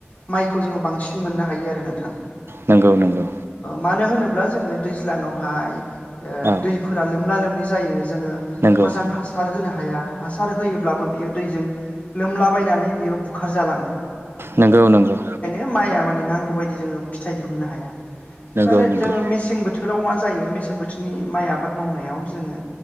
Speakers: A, on the left (about 40°); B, on the right (about 65°).
A: माइखौ जों बांसिन मोननो हायो नोंथां
B: नोंथां। नंगौ नंगौ
A: मानो होनोब्ला अब्ला जोंङो दैज्लाङावहाय
B: औ।
A: दैफोरा लोमना लोमनि जायो जोंङो
B: नंगौ।
A: मोजां हासार होनो हाया हासार होयोब्लाबो बियो दैजों लोमलाबायनानै बियो बुखार जालांङो
B: नंगौ - नंगौ
A: माया माने नांगौ बायदि जोंङो फिथाइ दिहुननो हाया
B: नंगौ
A: माने
B: नंगौ।
A: जोंङो मेसें बोथोराव मा जायो मेसें बोथोरनि माइ आबाद मावनायाव जोंङो